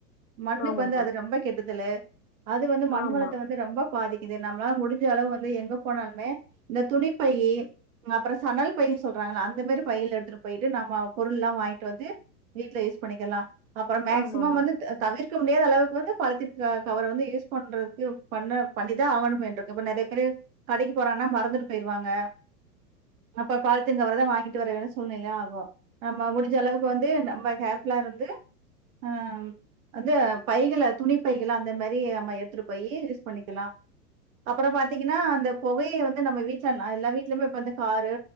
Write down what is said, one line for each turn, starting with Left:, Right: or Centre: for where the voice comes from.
Right: மண்ணுக்கு
Left: ஆமாமா
Right: வந்து அது ரொம்ப கெட்டதலு அது வந்து மண்
Left: ஆமா
Right: வளத்த வந்து ரொம்ப பாதிக் இது நம்மளால முடிஞ்ச அளவு வந்து எங்க போனாலுமே இந்த துணிப்பையி அப்புறோ சணல் பையி சொல்றாங்கள அந்த மாரி பையில எடுத்துட்டு போயிட்டு நம்மாவு பொருள்ளா வாங்கிட்டு வந்து வீட்ல யூஸ் பண்ணிக்கிர்ல்லா அப்பறோ மேக்சிம
Left: ஆமாமா
Right: வந்து தவிர்க்க முடியாத அளவுக்கு வந்து பாலுத்தின் க கவர வந்து யூஸ் பண்றதுக்கு பண்ண பண்ணிதா ஆவணும் என்ற கிப்ப நறைய பேரு கடைக்கு போறானா மறந்துட்டு பேயிருவாங்க அப்ப பாலுத்தின் கவரதா வாங்கிட் வரவேண்டிய சூழ்நிலை ஆகு நம்ம முடிஞ்ச அளவுக்கு வந்து நம்ம கேர்ஃபுல்லா இருந்து அ வந்து பைகள துணிப்பைகள அந்த மாரி நம்ம எடுத்துட்டு போய் யூஸ் பண்ணிக்கிளா அப்புறோ பாத்தீங்கன்னா அந்தப் புகைய வந்து நம்ம வீட்ல நா எல்லா வீட்லயுமே இப்ப வந்து காரு